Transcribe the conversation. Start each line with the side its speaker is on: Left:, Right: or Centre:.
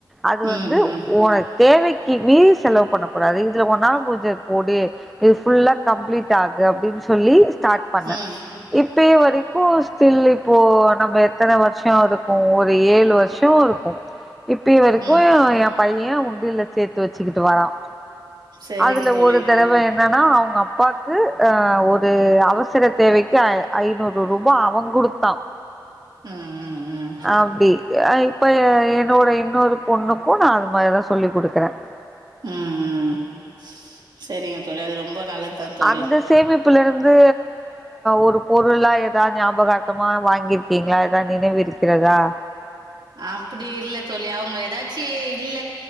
Centre: அது வந்து
Right: ம் ம்
Centre: உனக்கு தேவைக்கு மீறி செலவு பண்ணக்கூடாது இதுல ஒன்னாலமுடிஞ்ச போடு இது புல்லா கம்ப்ளீட் டாகுஅப்படின்னு சொல்லி ஸ்டார்ட் பண்ணன்
Right: ம்,
Centre: இப்ப வரைக்கும் தில்ள்ளிப்போர் நம்ம எத்தனை வருஷம் இருக்கும் ஒரு ஏழு வருஷம் இருக்கும் இப் வரைக்கும்
Right: ம்.
Centre: என் பையன் உண்டில சேர்த்து வச்சுக்கிட்டு வரான்
Right: சரிங்க
Centre: அதுல
Right: தோழி.
Centre: ஒரு தடவை என் என்னன்னா அவங்க அப்பாக்கு அஹ் ஒரு அவசர தேவைக்கு ஐநூறு ரூபாய் அவங்குடுத்தான்
Right: ம், ம், ம்.
Centre: அப்டி இப்ப என்னோட இன்னொரு பொண்ணுக்கும் நான் அது மாதிரிதான் சொல்லி் கொடுக்குறேன்
Right: ம், ம். <inaudible> சரிங்க தொளி அது ரொம்ப நல்லதுதான் தொளி
Centre: அந்த சேமிப்புல இருந்து ஒரு பொருளா ஏான் ஞாபகர்த்தமா வாங்கியிருக்கீங்களா ஏதா நினைவு இருக்கிறதா
Right: அப்படி இல்ல தொள்ளி அவங்க ஏதாச்சும் இல்ல